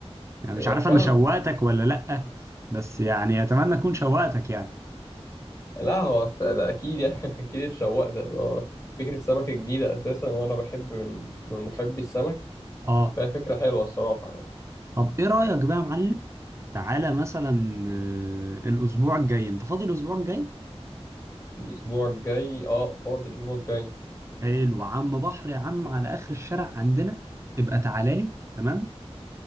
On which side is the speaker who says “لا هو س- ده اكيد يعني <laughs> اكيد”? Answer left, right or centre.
Left